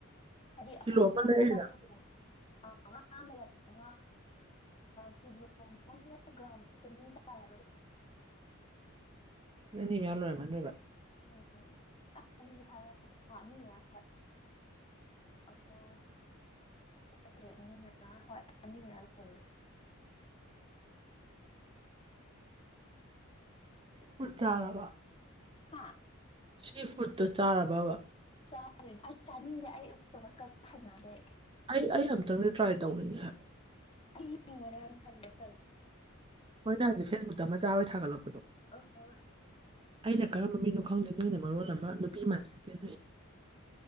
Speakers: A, on the left (about 25°); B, on the right (about 25°).
A: ꯍꯥꯏꯗꯤ ꯑꯩꯈꯣꯏꯒꯤ
B: ꯀꯤꯂꯣ ꯑꯃ
A: ꯉꯥ
B: ꯂꯩꯔꯤꯔ
A: ꯑ ꯇꯥꯕ ꯊꯧꯗꯣꯛ ꯑ ꯉꯥ ꯑꯃ ꯂꯩꯔꯨꯡ ꯉꯥ ꯀꯤꯂꯣ ꯑꯃ ꯒ꯭ꯔꯥꯎꯟ ꯆꯅꯤ ꯇꯥꯔꯔꯥ
B: ꯅꯤ ꯌꯥꯜꯔ ꯃ ꯂꯣꯏꯕ
A: ꯎꯝ ꯑꯅꯤꯗꯤ ꯐꯥꯔ ꯑ ꯑꯅꯤ ꯃꯌꯥꯝ ꯍꯣꯏ ꯑꯃ ꯆꯥꯇ꯭ꯔꯦꯠꯅꯤꯅ ꯍꯣꯏ ꯑꯅꯤ ꯉ ꯂꯧꯔꯦ
B: ꯄꯨ ꯆꯥꯔꯕ
A: ꯍꯥꯥ
B: ꯊ꯭ꯔꯤ ꯐꯨꯗꯠꯇꯣ ꯆꯥꯔꯕꯕ
A: ꯥꯗ꯭ꯔꯦ ꯑꯩ ꯆꯥꯅꯤꯡꯗꯦ ꯑꯩꯛꯇꯣꯃꯁ ꯈ ꯍꯅꯗꯦ ꯑꯩ
B: ꯑꯩ ꯑꯩ ꯑꯝꯇꯪꯗꯤ ꯇ꯭ꯔꯥꯏ ꯇꯧꯅꯤꯡꯉꯦ ꯍꯥꯏꯕ
A: ꯑꯩ ꯃꯅꯦ ꯆꯦ ꯆ
B: ꯍꯣꯏꯅ ꯍꯧꯖꯤꯛ ꯐꯦꯁꯕꯨꯛꯇ ꯃꯆꯥ ꯍꯣꯏ ꯊꯥꯒꯠꯂꯛꯄꯗꯣ
A: ꯑ
B: ꯑꯩꯅ ꯀꯔꯝꯕ ꯃꯤꯅꯣ ꯈꯪꯗꯦ ꯅꯣꯏꯅ ꯃꯔꯣꯜ ꯑꯃ ꯅꯨꯄꯤ ꯃꯥꯟ ꯆꯀꯗꯣꯦ